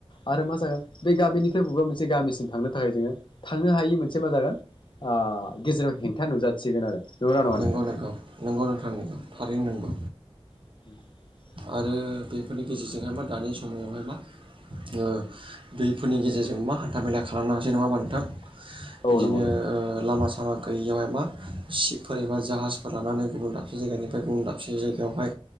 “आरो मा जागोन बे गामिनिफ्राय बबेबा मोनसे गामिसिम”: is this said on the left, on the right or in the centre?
Left